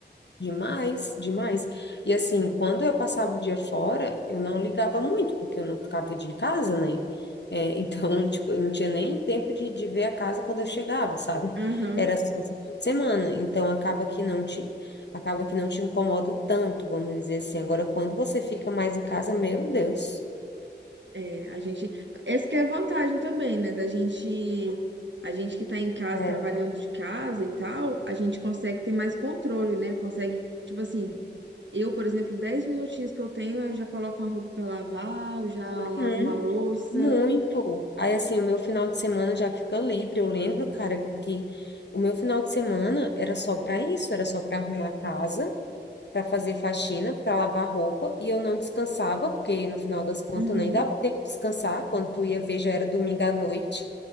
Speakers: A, on the left (about 70°); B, on the right (about 80°).
A: Demais, demais. E assim, quando eu passava o dia fora, eu não ligava muito, porque eu não ficava o dia em casa, né? É, então, <laughs> tipo, eu não tinha nem tempo de, de ver a casa quando eu chegava, sabe?
B: Aham.
A: Era só no final de semana. Então, acaba que não te, acaba que não te incomoda tanto, vamos dizer assim. Agora, quando você fica mais em casa, meu Deus.
B: É, a gente. Essa que é a vantagem também, né? Da gente. A gente que tá em
A: <laughs>
B: casa,
A: É.
B: trabalhando de casa e tal, a gente consegue ter mais controle, né? Consegue, tipo assim, eu, por exemplo, 10 minutinhos que eu tenho, eu já coloco uma roupa pra lavar, eu já lavo
A: Uhum.
B: uma louça.
A: Muito. Aí, assim, o meu final de semana já fica livre. Eu lembro, cara, que o meu final de semana era só para isso, era só para arrumar a casa, para fazer faxina, para lavar roupa, e eu não descansava, porque no final das contas
B: Uhum,
A: nem dava tempo de descansar. Quando tu ia ver, já era domingo à noite,